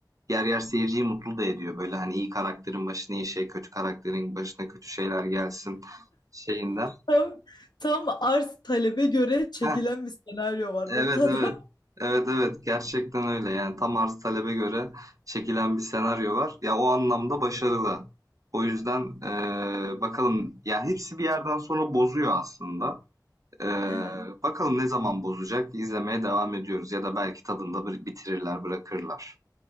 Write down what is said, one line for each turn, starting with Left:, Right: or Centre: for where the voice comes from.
Right: Yer yer seyirciyi mutlu da ediyor. Böyle hani iyi karakterin başına iyi şey, kötü karakterin başına kötü şeyler gelsin şeyinden.
Left: tam, tam arz talebe göre çekilen
Right: Heh,
Left: bir senaryo var
Right: evet
Left: ortada.
Right: evet. Evet evet gerçekten öyle. Yani tam arz talebe göre çekilen bir senaryo var. Ya o anlamda başarılı. O yüzden eee, bakalım ya hepsi bir yerden sonra bozuyor aslında. Ee,
Left: <laughs> Evet.
Right: bakalım ne zaman bozacak? İzlemeye devam ediyoruz ya da belki tadında bir bitirirler, bırakırlar.